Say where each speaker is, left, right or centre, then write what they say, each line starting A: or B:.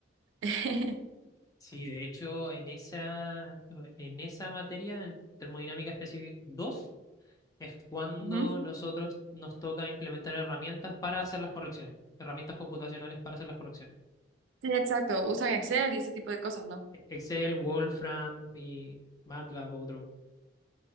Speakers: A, on the right (about 80°); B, on the left (about 20°).
A: <laughs>
B: Sí, de hecho, en esa, en esa materia, en termodinámica específica 2 es cuando
A: Ujú.
B: nosotros nos toca implementar herramientas para hacer las correcciones, herramientas computacionales para hacer las correcciones.
A: Sí, exacto, usan Excel y ese tipo de cosas, ¿no?
B: Excel, Wolfram y MATLAB, otro.